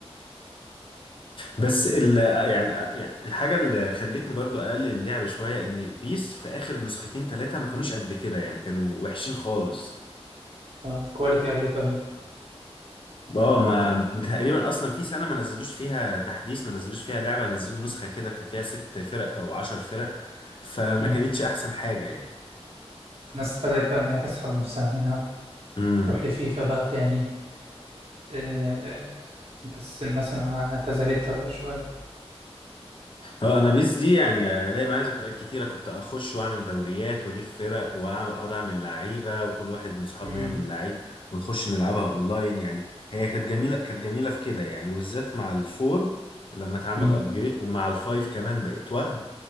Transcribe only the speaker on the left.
بس ال يعني يعني الحاجه اللي خلتني برضو اقلل اللعب شويه ان بيس في اخر نسختين ثلاثه ما كانوش قد كده يعني كانوا وحشين خالص
اه ما تقريبا اصلا في سنه ما نزلوش فيها تحديث ما نزلوش فيها لعبه نزلوا نسخه كده كانت فيها ست فرق او عشر فرق فما
كانتش احسن حاجه يعني
امم
هو انا بيس دي يعني الاقي معايا ذكريات كتيره كنت اخش واعمل دوريات واجيب فرق واقعد اعمل لعيبه وكل واحد من صحابنا
يعمل لعيب ونخش نلعبها اونلاين يعني هي كانت جميله كانت جميله في كده يعني وبالذات مع الفور لما اتعمل
ابجريد ومع الفايف كمان بقت وهم